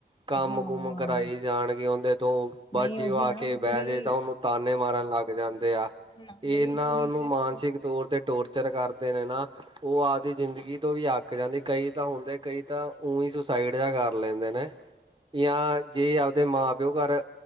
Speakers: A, on the right (about 30°); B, on the left (about 30°).
A: ਕੰਮ
B: ਹਾਂ।
A: ਕੁਮ ਕਰਾਈ ਜਾਣਗੇ ਉਦੇ ਤੋਂ ਬਸ
B: ਨਹੀਂ ਉਹੀ
A: ਉਹ ਆ
B: ਨਾ
A: ਕੇ
B: ਵੀ
A: ਬਹਿ
B: ਕੁੜੀ
A: ਜੇ ਤਾਂ ਉਹਨੂੰ ਤਾਅਨੇ ਮਾਰਨ ਲੱਗ ਜਾਂਦੇ ਆ
B: ਨਾ
A: ਏ
B: ਬਈ
A: ਏਨਾ
B: ਕੁੜੀ
A: ਨੂੰ
B: ਸਿਰਫ
A: ਮਾਨਸਿਕ ਤੌਰ ਤੇ ਟੋਰਚਰ ਕਰਦੇ ਨੇ ਨਾ। ਓ ਆਪਦੀ ਜ਼ਿੰਦਗੀ ਤੋਂ ਵੀ ਅੱਕ ਜਾਂਦੀ ਕਈ ਤਾਂ ਹੁੰਦੇ ਕਈ ਤਾਂ ਊ ਹੀ ਸੁਸਾਈਡ ਜਾ ਕਰ ਲੈਂਦੇ ਨੇ। ਜਾਂ ਜੇ ਆਪਦੇ ਮਾਂ-ਪਿਓ ਘਰ